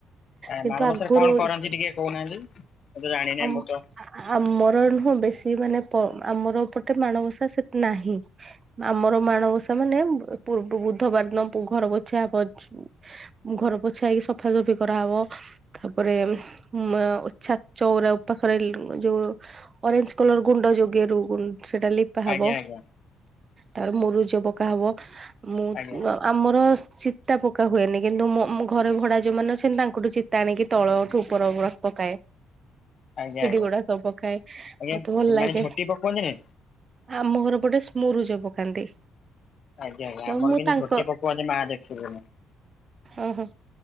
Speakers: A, on the left; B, on the right.
A: ଆ
B: କିନ୍ତୁ
A: ମାଣବସାରେ
B: ଆଗରୁ
A: କଣ କରନ୍ତି ଟିକେ କହୁନାହାନ୍ତି ମୁଁ ତ ଜାଣିନାହିଁ
B: ଆମ
A: ମୁଁ ତ
B: ଆମର ନୁହଁ ବେଶୀ ମାନେ ପ ଆମରପଟେ ମାଣବସା ସେ ନାହିଁ। ଆମର ମାଣବସା ମାନେ ପୂର୍ବ ବୁଧବାର ଦିନ ପୁ ଘର ପୋଛା ହବ ଝୋ ଘର ପୋଛା ହେଇକି ସଫାସଫି କରାହବ। ତାପରେ ମ୍ ଛା ଚଉରା ଉ ପାଖରେ ଲି ଯୋଉ ଅରେଞ୍ଜ କଲର ଗୁଣ୍ଡ ଯୋଉ ଗେରୁ ସେଟା ଲିପା ହବ।
A: ଆଜ୍ଞା ଆଜ୍ଞା
B: ତାପରେ ମୁରୁଜ ପକା ହବ ମୁଁ
A: ଆଜ୍ଞା
B: ମ ଆମର ଚିତା ପକା ହୁଏନି କିନ୍ତୁ ମୁଁ ମ ଘରେ ଭଡା ଯୋଉମାନେ ଅଛନ୍ତି ତାଙ୍କଠୁ ଚିତା ଆଣିକି ତଳଠୁ ଉପର ପକାଏ।
A: ଆଜ୍ଞା
B: ସିଡି
A: ଆଜ୍ଞା।
B: ଗୁଡା ସବୁ ପକାଏ
A: ଆଜ୍ଞା
B: ମତେ ଭଲ ଲାଗେ।
A: ମାନେ ଝୋଟି ପକୁଅନ୍ତିନି
B: ଆମ ଘର ପଟେ ମୁରୁଜ ପକାନ୍ତି।
A: ଆଜ୍ଞା ଆଜ୍ଞା
B: ତ
A: ଆମର
B: ମୁଁ
A: କିନ୍ତୁ
B: ତାଙ୍କ
A: ଝୋଟି ପକୁଆନ୍ତି ମା ଦେଖିବୁନି।
B: ଓହୋ